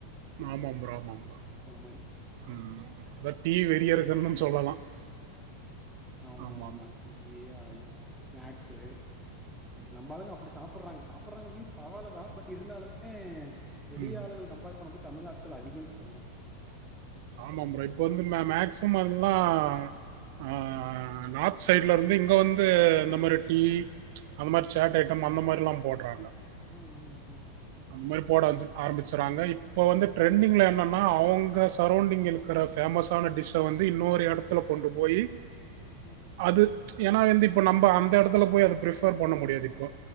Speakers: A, on the right; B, in the centre.
A: ஆமாம் ப்ரோ ஆமாம் ப்ரோ
B: மாரி
A: உம் பட் டீ வெறியர்கல்னு சொல்லலாம்.
B: ஆமா
A: ஆமாமா.
B: டீயே <unintelligible> ஸ்நாக்ஸ் து நம்பாளுங்க அப்டி சாப்பற்றாங்க சாப்பற்றாங்க மீன்ஸ் பரவால்ல தான் பட் இருந்தாலுமே வெளி
A: ம்.
B: ஆள்கள் கம்பேர் பண்ணம்போ தமிழ் ஆட்கள் அதிகம்னு சொல்லலாம்
A: ஆமாம் ப்ரோ. இப்ப வந்து மேக்சிமம் அதல்லாம் அஹ் நார்த் சைட்ல இருந்து இங்க வந்து இந்த மாதிரி டீ அந்த மாதிரி சேட் ஐட்டம் அந்த மாதிரி எல்லாம் போடுறாங்க
B: ஹம் உம் உம்
A: அந்த மாதிரி போட ஆரம்பிச்சறாங்க இப்ப வந்து ட்ரெண்டிங்ல என்னன்னா அவங்க சரவுண்டிங் இருக்கிற பேஃமஸான டிஷ்ஷ வந்து இன்னொரு எடத்துல கொண்டு போயி
B: ம்
A: அது ஏன்னா வந்து இப்ப நம்ம அந்த எடத்துல போய் அது பிரிஃபர் பண்ண முடியாது இப்போ